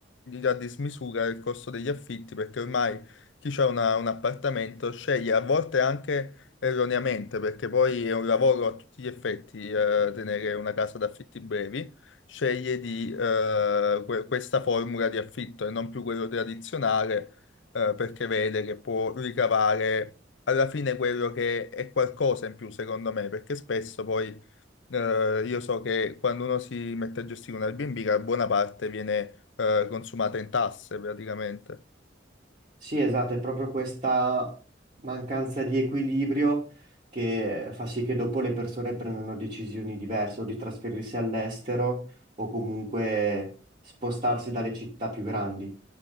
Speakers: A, on the left; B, on the right.
A: a dismisura il costo degli affitti, perché ormai chi ha una- un appartamento sceglie a volte anche Erroneamente, perché poi è un lavoro a tutti gli effetti, eh, tenere una casa d'affitti brevi, sceglie di, eh, que- questa formula di affitto e non più quello tradizionale, eh, perché vede che può ricavare alla fine quello che è qualcosa in più, secondo me, perché spesso poi, eh, io so che quando uno si mette a gestire un Airbnb, la buona parte viene, eh, consumata in tasse praticamente.
B: Sì, esatto, è proprio questa mancanza di equilibrio che fa sì che dopo le persone prendano decisioni diverse, o di trasferirsi all'estero o comunque spostarsi dalle città più grandi.